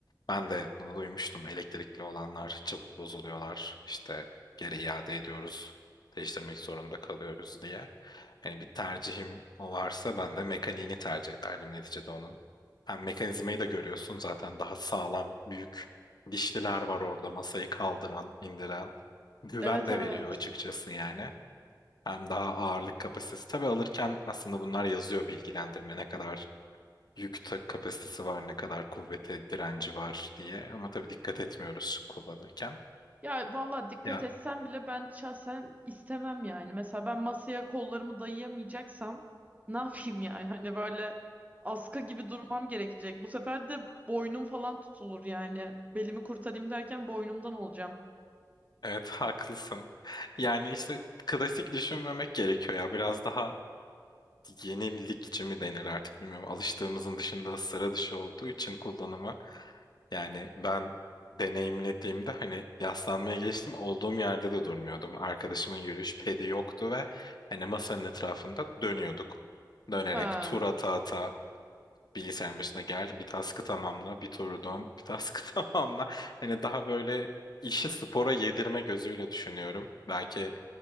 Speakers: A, on the left; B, on the right.
A: Ben de bunu duymuştum. Elektrikli olanlar çabuk bozuluyorlar. İşte geri iade ediyoruz. Değiştirmek zorunda kalıyoruz diye. Hani bir tercihim o varsa ben de mekaniğini tercih ederdim. Neticede onun hem mekanizmayı da görüyorsun zaten daha sağlam büyük dişliler var orada masayı kaldıran, indiren. Güven
B: Evet
A: de
B: evet.
A: veriyor açıkçası yani. Hem daha ağırlık kapasitesi. Tabii alırken aslında bunlar yazıyor bilgilendirme ne kadar yük ta- kapasitesi var, ne kadar kuvvete direnci var diye. Ama tabii dikkat etmiyoruz kullanırken.
B: Ya valla dikkat
A: Ya
B: etsem bile ben şahsen istemem yani. Mesela ben masaya kollarımı dayayamayacaksam ne yapayım yani? Hani böyle askı gibi durmam gerekecek. Bu sefer de boynum falan tutulur yani. Belimi kurtarayım derken boynumdan olacağım.
A: evet haklısın. Yani işte klasik düşünmemek gerekiyor ya. Biraz daha yenilikçi mi denir artık bilmiyorum. Alıştığımızın dışında sıra dışı olduğu için kullanımı. Yani ben deneyimlediğimde hani yaslanmaya geçtim olduğum yerde de durmuyordum. Arkadaşımın yürüyüş pedi yoktu ve hani masanın etrafında dönüyorduk. Dönerek
B: Ha.
A: tur ata ata bilgisayarın başına gel bir task'ı tamamla bir turu dön bir task'ı <laughs> tamamla. Hani daha böyle işi spora yedirme gözüyle düşünüyorum. Belki